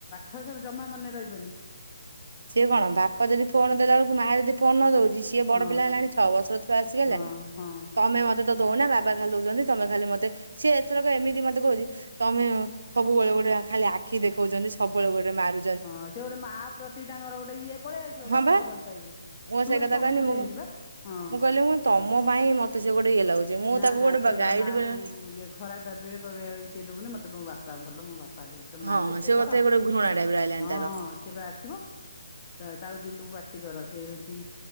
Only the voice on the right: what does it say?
ସିଏ କଣ ବାପ ଯଦି ଫୋନ ଦେଲା ବେଳକୁ ମା ଯଦି ଫୋନ୍ ନଦଉଛି। ସିଏ ବଡ
ପିଲା ହେଲାଣି ଛଅ ବର୍ଷର ଛୁଆ ଆସିି ହେଲାଣି
ନା
ତମେ ମତେ ତ ଦଉ ନା ବାବା ଖାଲି ଦଉଛନ୍ତି। ତମେ ଖାଲି ମତେ ସିଏ। ଥରକ ଏମିତି ମତେ କହୁଛି ତମେ ସବୁବେଳେ ଗୋଟେ ଖାଲି ଆଖି ଦେଖଉଛନ୍ତି ସବୁବେଳେ ଗୋଟେ ମାରୁ।
ହଁ
ବା
ମୁଁ
ସେଇ କଥା
କହିଲି
ମୁଁ
ମୁଁ କହିଲି ମୁଁ ତମ ପାଇଁ ମତେ ସେ ଗୋଟେ ଇଏ ଲାଗୁଛି। ମୁଁ
ତାକୁ
ଗୋଟେ
ଗାଇଡ
ବେଳେ
ହଁ
ସେ ମତେ
ଗୋଟେ ଘୃଣା ଟାଇପର ଆଇଲାଣି
ତାର